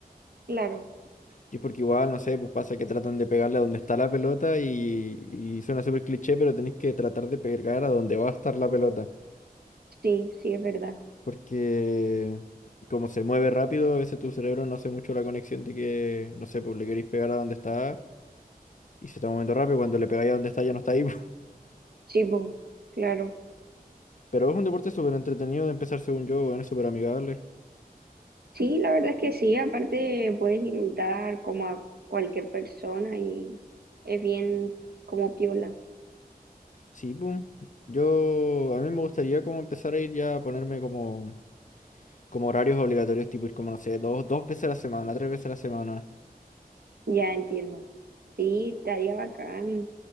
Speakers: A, on the right; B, on the left.
A: claro,
B: Y es porque igual, no sé, pues pasa que tratan de pegarle a donde está la pelota y, y suena súper cliché, pero tenés que tratar de pegar a donde va a estar la pelota.
A: sí, sí es verdad.
B: Porque como se mueve rápido, a veces tu cerebro no hace mucho la conexión de que, no sé, pues le queréis pegar a donde está y se está moviendo rápido, cuando le pegáis a donde está ya no está ahí. <laughs> po.
A: Sí, po, claro.
B: Pero es un deporte súper entretenido de empezar según yo, bueno, es súper amigable.
A: Sí, la verdad es que sí, aparte puedes imitar como a cualquier persona y es bien como piola.
B: Sí, pum Yo, a mí me gustaría como empezar a ir ya a ponerme como, como horarios obligatorios, tipo ir como, no sé, dos, dos veces a la semana, tres veces a la semana.
A: Ya entiendo. Sí, estaría bacán.